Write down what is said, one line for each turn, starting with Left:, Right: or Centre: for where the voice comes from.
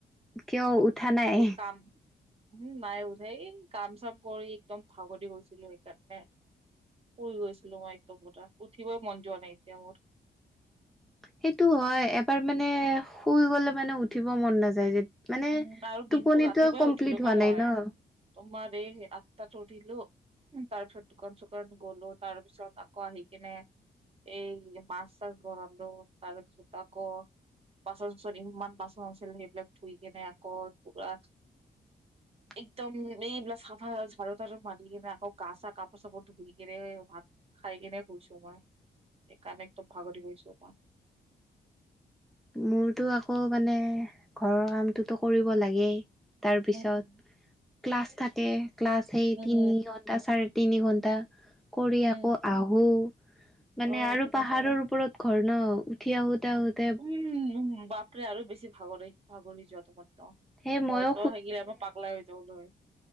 Centre: কিয় উঠা নাই?
Right: যি কাম। উম, নাই উঠা এই কাম-চাম কৰি একদম ভাগৰি গৈছিলোঁ সেইকাৰণে। শুই গৈছিলোঁ মই একদম পুৰা, উঠিবই মন যোৱা নাই এতিয়া মোৰ।
Centre: সেইটো হয় এবাৰ মানে শুই গলে মানে উঠিব মন নাযায়, যে মানে
Right: উম আৰু দিনটো
Centre: টোপনিতো
Right: ৰাতিপুৱাই
Centre: কমপ্লিট
Right: উঠিলো
Centre: হোৱা
Right: মই
Centre: নাই ন।
Right: তোমাৰ এই আঠটাত উঠিলোঁ। তাৰপিছত দোকান-চোকন গ'লো, তাৰ পিছত আকৌ আহি কিনে এই মাছ-চাছ বনালো। তাৰপিছত আকৌ বাচন-চাচন ইমান বাচন আছিল, সেইবিলাক ধুই কেনে আকৌ পুৰা
Centre: <inaudible>
Right: একদম এইবিলাক চাফা ঝাৰু-টাৰু মাৰি কিনে, আকৌ গা-চা, কাপোৰ-চাপোৰ ধুই কিনে ভাত খাই কিনে গৈছোঁ মই, এই কাৰণে একদম ভাগৰি গৈছোঁ মই।
Centre: মোৰতো আকৌ মানে, ঘৰৰ কামটোতো কৰিব লাগেই। তাৰপিছত
Right: উম
Centre: ক্লাছ থাকে, ক্লাছ সেই
Right: উম
Centre: তিনি ঘন্টা, চাৰে তিনি ঘন্টা। কৰি
Right: উম।
Centre: আকৌ আহোঁ, মানে
Right: অ
Centre: আৰু পাহাৰৰ ওপৰত ঘৰ ন। উঠি আহোঁতে, আহোঁতে।
Right: উম, উম, বাপৰে আৰু বেছি ভাগৰে, ভাগৰি যোৱা দাখন ত'
Centre: সেই মইও
Right: মইতো থাকিলে মই পাগলাই হৈ যাই গ'লো হয়।